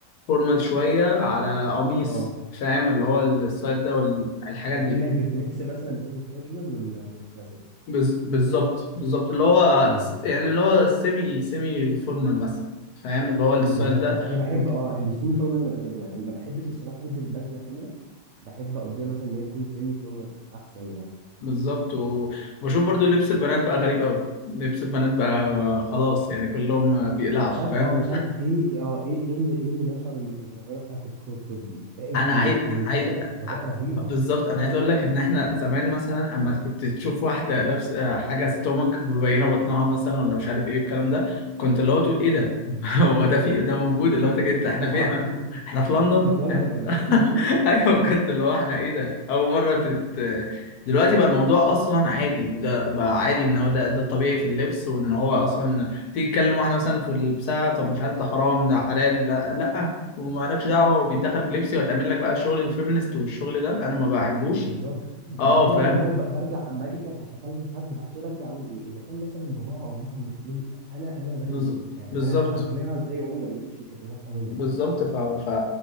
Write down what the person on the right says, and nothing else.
اه
اكنك
بتميكس مثلا بين الكاجوال وال... والكلاسيك
اه
بالظبط
انا بحب
اه السيمي فورمال انا بحبه يعني ما بحبش الصراحه البس بدله كامله بحب اقضيها مثلا ان هي تكون سيمي فورمال احسن يعني
انا مش عارف
اه مش عارف ايه اه ايه ايه اللي ايه اللي نشر إن الظاهره بتاعت الكروب توب دي بقت
م-
منتشره
بطريقه رهيبه
<laughs>
مع...
احنا في لندن ولا ايه
<laughs>
بالظبط
بعدين
انا اللي هو ب- برجع اما اجي كان هكلم حد بعد كده برجع اقول ايه اذا كان مثلا باباها او مامتها موافقين انا انا دخلي
ايه يعني
انا هقنعها ازاي وهم ما قدروش يكلموها في حاجه زي
كده